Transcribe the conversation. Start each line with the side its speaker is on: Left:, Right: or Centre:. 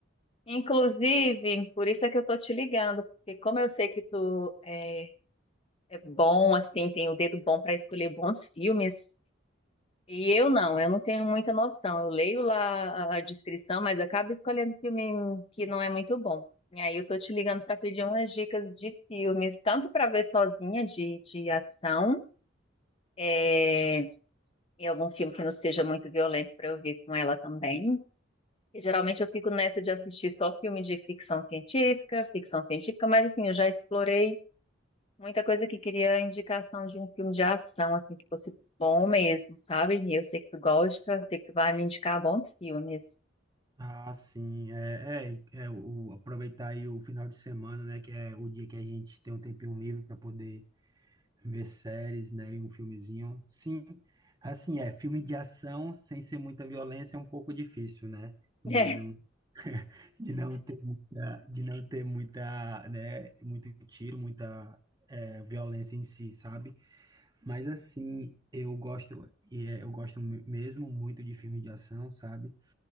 Left: Inclusive, por isso é que eu tô te ligando, porque como eu sei que tu é, é bom, assim, tem o dedo bom para escolher bons filmes. E eu não, eu não tenho muita noção. Eu leio lá a a descrição, mas acabo escolhendo filme que não é muito bom. E aí eu tô te ligando para pedir umas dicas de filmes, tanto para ver sozinha de, de ação, é, e algum filme que não seja muito violento para eu ver com ela também. E geralmente eu fico nessa de assistir só filme de ficção científica, ficção científica, mas assim, eu já explorei Muita coisa que queria indicação de um filme de ação, assim, que fosse bom mesmo, sabe? E eu sei que tu gosta, sei que tu vai me indicar bons filmes.
Right: Ah, sim, é, é, é o, aproveitar aí o final de semana, né, que é o dia que a gente tem um tempinho livre para poder ver séries, né, e um filmezinho. Sim, assim, é, filme de ação sem ser muita violência é um pouco difícil, né,
Left: <laughs>
Right: de
Left: É,
Right: não, de não ter muita, de não ter muita, né, muito tiro, muita, é, violência em si, sabe? Mas assim, eu gosto e é, eu gosto me- mesmo muito de filme de ação, sabe?